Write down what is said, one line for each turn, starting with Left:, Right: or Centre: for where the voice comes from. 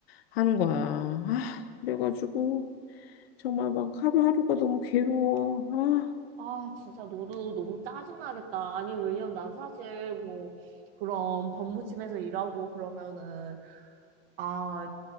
Left: 하는 거야. 아, 그래가지고 정말 막 하루하루가 너무 괴로워. 아.
Right: 아, 진짜 너도 너무 짜증나겠다. 아니, 왜냐면 난 사실 뭐, 그런 법무팀에서 일하고 그러면은, 아,